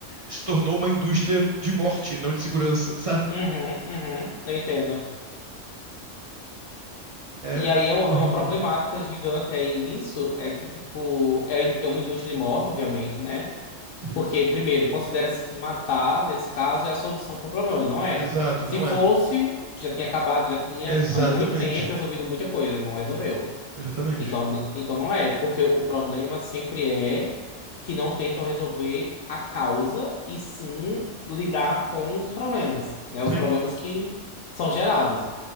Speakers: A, on the right; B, on the left.
A: se tornou uma indústria de morte, não de segurança, <laughs> sabe?
B: uhum, uhum. Eu entendo.
A: É
B: E aí é uma,
A: horrível.
B: é uma problemática gigante aí nisso, é que, tipo, é, é uma indústria de morte, obviamente, né?
A: Sim.
B: Porque, primeiro, considera-se que matar, nesse caso, é a solução para o problema, não é?
A: Exato,
B: Se
A: não
B: fosse,
A: é?
B: já tinha acabado, já tinha
A: Exatamente.
B: há muito tempo resolvido muita coisa, não resolveu.
A: Exatamente.
B: Então, n- então não é, porque o problema sempre é que não tentam resolver a causa e sim lidar com os problemas, né? Os
A: Sim,
B: problemas que são gerados.